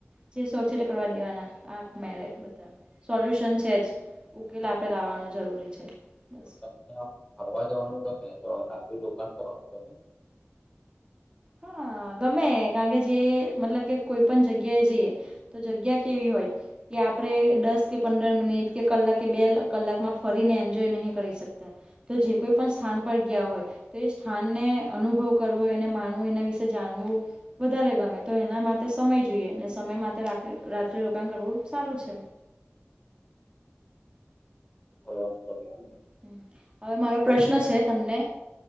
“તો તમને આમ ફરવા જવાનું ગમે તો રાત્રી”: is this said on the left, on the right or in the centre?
Left